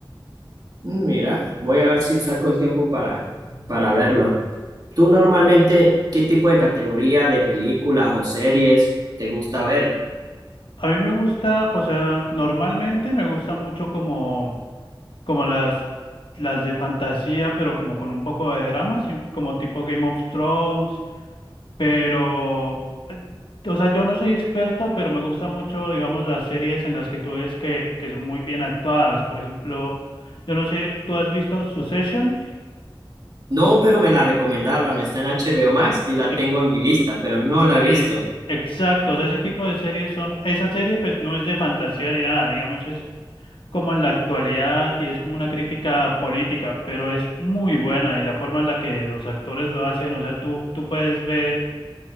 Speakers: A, on the right; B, on the left.
A: "Mm, mira, voy a ver si saco el tiempo para, para verlo. ¿Tú normalmente qué tipo de categoría de películas o series te gusta ver?
B: A mí me gusta, o sea, normalmente me gusta mucho como, como las, las de fantasía, pero como con un poco de drama, sí, como tipo Game of Thrones Pero, eh, o sea, yo no soy experto, pero me gusta mucho, digamos, las series en las que tú ves que, que son muy bien actuadas. Por ejemplo, yo no sé, ¿tú has visto Succession?
A: No, pero me la recomendaron, está en HBO Max y la
B: Ex-
A: tengo en mi lista, pero no la he
B: eh,
A: visto.
B: exacto, o sea, ese tipo de series son, esa serie pues no es de fantasía ni nada, digamos, es como en la actualidad y es como una crítica política, pero es muy buena y la forma en la que los actores lo hacen, o sea, tú, tú puedes ver